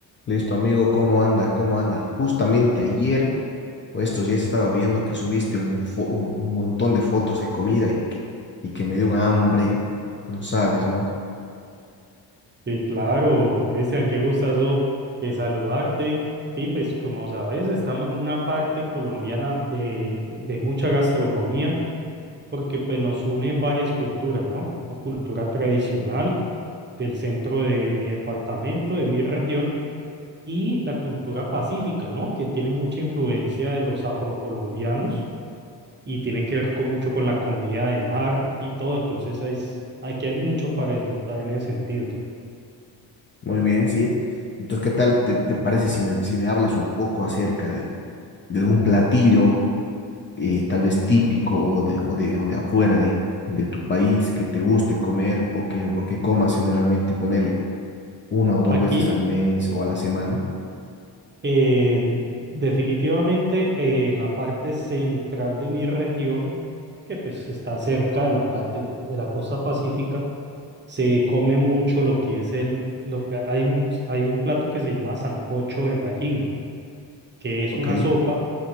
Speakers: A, on the left; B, on the right.
A: Listo, amigo, ¿cómo anda? ¿Cómo anda? Justamente ayer o estos días estaba viendo que subiste un, fo- un montón de fotos de comida y que, y que me dio un hambre, no sabes, ¿no?
B: Sí, claro, Cristian, qué gustazo eh, saludarte. Sí, pues como sabes, estamos en una parte colombiana de, de mucha gastronomía, porque pues nos unen varias culturas, ¿no? La cultura tradicional del centro de mi departamento, de mi región, y la cultura pacífica, ¿no? Que tiene mucha influencia de los afrocolombianos y tiene que ver con mucho con la comida de mar y todo. Entonces, hay, aquí hay mucho para disfrutar en ese sentido.
A: Muy bien, sí. Entonces, ¿qué tal te, te parece si me, si me hablas un poco acerca de, de algún platillo, eh, tal vez típico o de, o de, o de afuera de, de tu país que te guste comer o que, o que comas generalmente, ponele una o dos
B: Aquí,
A: veces al mes o a la semana?
B: Eh, definitivamente eh, en la parte central de mi región, que pues está cerca de la parte de la costa pacífica, se come mucho lo que es el, lo, hay un, hay un plato que se llama sancocho de gallina, que es
A: Ok,
B: una sopa,